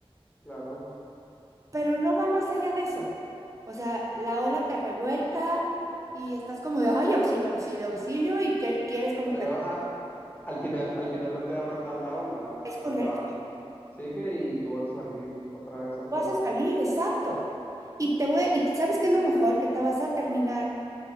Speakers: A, on the left; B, on the right.
A: claro.
B: pero no va más allá de eso. O sea, la ola te revuelca y estás como de, ay, auxilio, auxilio, auxilio, y que quieres como
A: Pero
B: que
A: a- al final, al final no te va a matar la ola, la,
B: es
A: la
B: correcto,
A: ola sigue y tú vas a salir otra vez a flote.
B: vas a salir, exacto. Y te voy, y ¿sabes qué es lo mejor? Que te vas a terminar